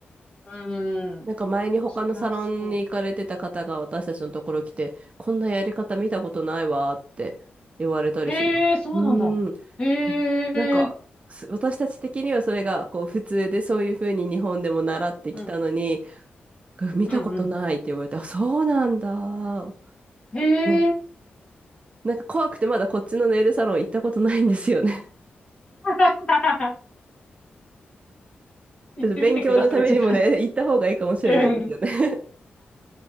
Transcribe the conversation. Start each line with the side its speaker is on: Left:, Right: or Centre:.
Left: うん。
Right: なんか前に他のサロンに行かれてた方が私たちのところ来て、
Left: 違いそ
Right: こんなやり方見たことないわーって言われたりします。
Left: う。うん、へえ、そうなんだ。
Right: うーん。
Left: へ
Right: ななんか、
Left: え、
Right: す私たち的にはそれがこう普通でそういうふうに日本でも習ってきたのに、
Left: うん、
Right: 見たことないって言われて、
Left: うん、
Right: あ、そうなんだー。
Left: うん。へえ。
Right: ねなんか怖くてまだこっちのネイルサロン行ったことないんですよね。
Left: <laughs>
Right: <laughs>
Left: 行ってみてください、
Right: ちょっと勉強のためにもね、
Left: ちょっと。
Right: 行った方がいいかもしれないですよね。
Left: うん。